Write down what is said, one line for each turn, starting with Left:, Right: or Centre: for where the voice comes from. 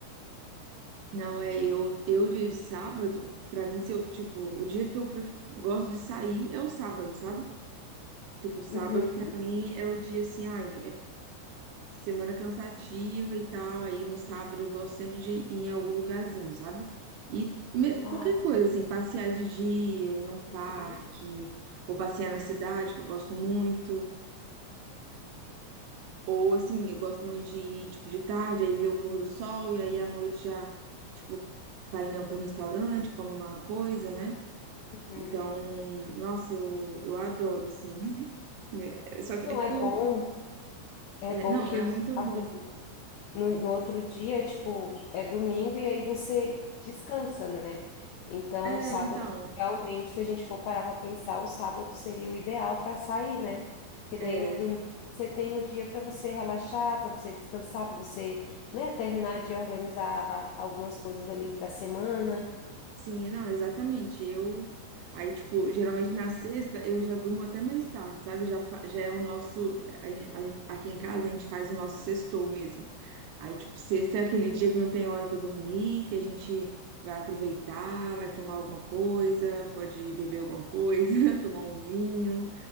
Right: Não, é eu, eu dia de sábado, pra mim, se eu, tipo, o dia que eu pref- gosto de sair é o sábado, sabe? Tipo, sábado
Left: Uhum.
Right: pra mim é o dia assim, ai, semana cansativa e tal. Aí no sábado eu gosto sempre de ir em algum lugarzinho, sabe? E me-
Left: Ah,
Right: qualquer coisa, assim, passear de dia, ir num parque,
Left: uhum,
Right: ou passear na cidade, que eu gosto muito. Ou assim, eu gosto também de ir, tipo, de tarde, aí ver o pôr do sol, e aí à noite já, tipo, vai em algum restaurante, come uma coisa, né?
Left: uhum.
Right: Então, nossa, eu, eu adoro, assim. <laughs> Só que
Left: Não,
Right: é porque
Left: é bom,
Right: eu.
Left: é
Right: é,
Left: bom
Right: não,
Left: que
Right: é
Left: o
Right: muito
Left: sábado
Right: bom.
Left: no, no outro dia, tipo, é domingo e aí você descansa, né? Então,
Right: É,
Left: sábado,
Right: então.
Left: realmente, se a gente for parar para pensar, o sábado seria o ideal para sair, né? Porque
Right: é,
Left: daí no domingo você tem o dia para você relaxar, para você descansar, para você, né, terminar de organizar algumas coisas ali para a semana.
Right: Sim, não, exatamente. Eu aí, tipo, geralmente na sexta eu já durmo até mais tarde, sabe? Já, fa- já é o nosso. a- a- Aqui em casa a gente faz o nosso sextou mesmo. Aí, tipo, sexta é aquele
Left: Hum.
Right: dia que não tem hora pra dormir, que a gente vai aproveitar, vai tomar alguma coisa, pode beber alguma coisa, <laughs> tomar um vinho.